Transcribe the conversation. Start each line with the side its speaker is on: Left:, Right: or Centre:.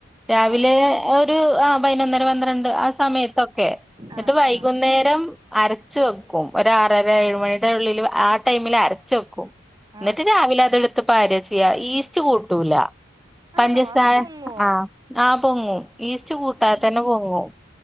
Centre: രാവിലെ
Right: ആഹ്
Centre: ഒരു ആഹ് പതിനൊന്നര പന്ത്രണ്ട് ആ സമയത്തൊക്കെ. എന്നിട്ട്
Right: ആഹ്
Centre: വൈകുന്നേരം അരച്ച് വെക്കും ഒര് ആറര
Right: ആഹ് ആഹ്
Centre: ഏഴ് മണിയുടെ ഉള്ളിൽ ആ ടൈമിൽ അര അരച്ച് വെയ്ക്കും എന്നിട്ട്
Right: ആഹ്
Centre: രാവിലെ അതെടു <unintelligible> ചെയ്യുക ഈസ്റ്റ് കൂട്ടൂല പഞ്ചസാ
Right: ആണോ അപ്പൊ പൊങ്ങോ
Centre: ആഹ് ആഹ് പൊങ്ങും ഈസ്റ്റ് കൂട്ടാതെ
Right: ആഹ്
Centre: തന്നെ പൊങ്ങും